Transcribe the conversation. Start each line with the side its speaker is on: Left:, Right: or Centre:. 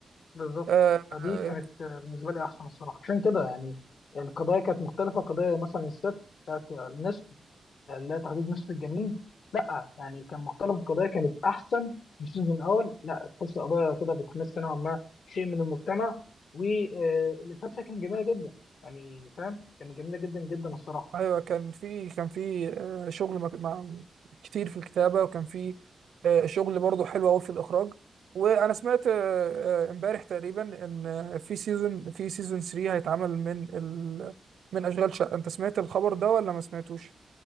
Left: بالظبط
Right: آه،
Left: فدي
Right: آه،
Left: كانت آه، بالنسبه لي احسن الصراحه عشان كده يعني القضايا كانت مختلفه قضيه مثلا الست بتاعت النسل اللي هي تحديد نسل الجنين لا يعني كان مختلف القضايا كانت احسن في السيزون الاول لا تحس القضايا كده بتمس نوعا ما شيء من المجتمع والفتره كانت جميله جدا يعني فاهم كانت جميله جدا جدا الصراحه
Right: أيوة كان في كان في آه، شغل مك- مع كتير في الكتابة وكان في آه، شغل برضه حلو أوي في الإخراج وأنا سمعت آه، آه، امبارح تقريبا إن آه، في سيزون في سيزون 3 هيتعمل من ال من أشغال شقة أنت سمعت الخبر ده ولا ما سمعتوش؟